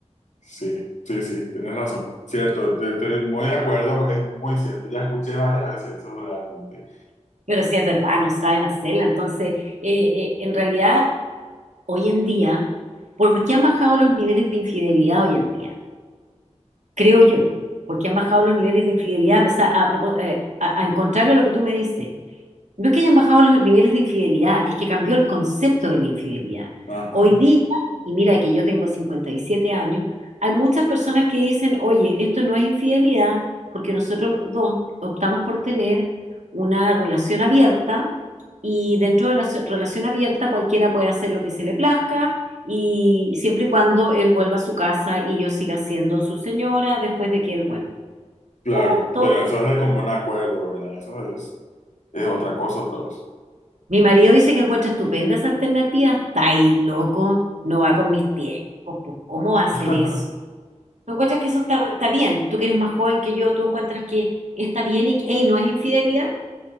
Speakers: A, on the left (about 85°); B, on the right (about 80°).
A: sí, sí, tienes razón. Cierto, te- estoy muy de acuerdo, es muy cierto. Ya escuché varias veces eso realmente.
B: Pero sí es verdad, no saben hacerla. Entonces, eh, eh, en realidad, hoy en día, ¿por qué han bajado los niveles de infidelidad hoy en día? Creo yo. ¿Por qué han bajado los niveles de infidelidad? A pesar- a, propós- eh, a- a- en contrario a lo que tú me dices, no es que hayan bajado los niveles de infidelidad, es que cambió el concepto de la infidelidad.
A: Ajá,
B: Hoy día, y mira que yo tengo 57 años, hay muchas personas que dicen, oye, esto no es infidelidad porque nosotros los dos optamos por tener una relación abierta y dentro de la so- relación abierta cualquiera puede hacer lo que se le plazca y siempre y cuando él vuelva a su casa y yo siga siendo su señora después de que él vuelva.
A: claro,
B: No, todo...
A: pero eso es de común acuerdo, ¿verdad? Eso es, es otra cosa otra vez.
B: Mi marido dice que encuentra estupendas alternativas. Está ahí, loco, no va con mis tiempos. Pues, ¿cómo va a ser
A: <laughs>
B: eso? ¿Tú encuentras que eso está, está bien? Tú que eres más joven que yo, ¿tú encuentras que está bien y que "Ey, no es infidelidad?